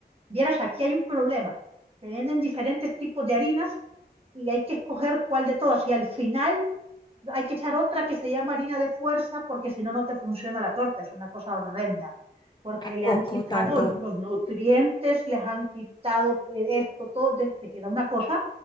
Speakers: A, on the right; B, on the left.
A: Vieras, aquí hay un problema. Te venden diferentes tipos de harinas y hay que escoger cuál de todas. Y al final hay que echar otra que se llama harina de fuerza porque si no, no te funciona la torta, es una cosa horrenda, porque
B: ¿A
A: le
B: poco
A: han quitado
B: tanto?
A: los nutrientes, les han quitado eh, esto, todo, te te queda una cosa.